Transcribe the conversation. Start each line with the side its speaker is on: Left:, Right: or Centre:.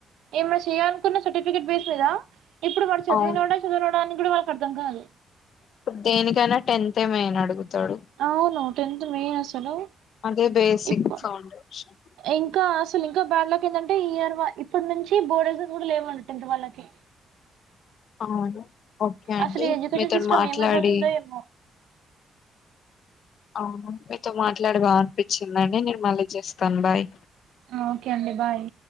Right: ఏమైనా చేయనుకున్న సర్టిఫికెట్ వేస్లేదా <unintelligible> ఇప్పుడు వాడు చదివినోడా
Left: అవును
Right: చదువనోడా అని కూడా వాడికి అర్థం కాదు
Left: ఇప్పుడు దేనికైనా టెన్త్ ఏ మేయిన్ అడుగుతాడు
Right: అవును టెన్త్ మేయిన్ అసలు
Left: అదే బేసిక్
Right: ఇప్పు
Left: ఫౌండేషన్
Right: ఇంకా అసలు ఇంకా బ్యాడ్ లక్ ఎందంటే ఇయర్ ఇప్పుడు నుంచి బోర్డ్ ఎగ్జామ్స్ కూడా లేవండి టెంత్ వాళ్ళకి
Left: అవును ఓకే అండి
Right: అసలు ఈ ఎడ్యుకేషన్
Left: మీతోటి
Right: సిస్టమ్
Left: మాట్లాడి
Right: ఏమైపోతుందో ఏమో
Left: అవును మీతో మాట్లాడి బాగా అనిపించిందండి నేను మళ్ళీ చేస్తాను బాయ్
Right: ఓకే అండి బాయ్